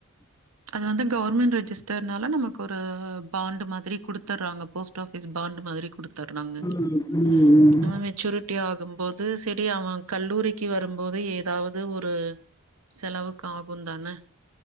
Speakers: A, on the right; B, on the left.
A: அது வந்து கவர்மெண்ட் ரெஜிஸ்டர்னால நமக்கு ஒரு பாண்ட் மாதிரி குடுத்துறாங்க போஸ்ட் ஆபிஸ் பாண்ட் மா குடுத்தருறாங்கங்க
B: ம் ம் ம்
A: நம்ம மெச்சூரிட் டி ஆகும் போது செரி அவ கல்லூரிக்கு வரும்போது ஏதாவது ஒரு செலவுக்கு ஆகுந்தான